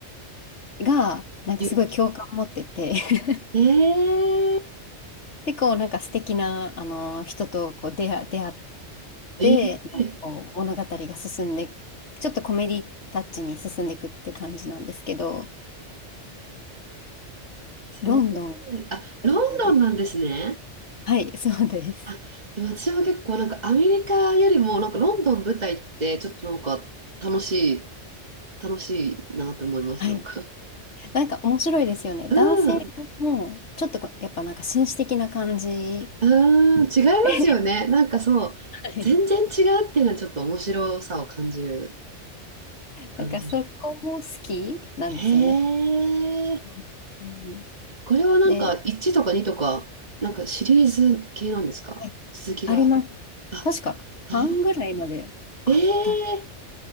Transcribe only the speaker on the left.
が、なんかすごい共感持ってて、
<laughs>
で、こうなんか素敵な、あの、人とこう出会、出会って、
なんかこう物語が進んで、ちょっとコメディタッチに進んでいくって感じなんですけど、
ロンドンが
舞台で。はい、そうです。
はい。
なんか面白いですよね。
男性も、ちょっとこうやっぱなんか紳士的な感じ
で、
<laughs> はい。
なんかそこも好きなんですよね。
うん
で、
はい、あります。
確か半ぐらいまであった。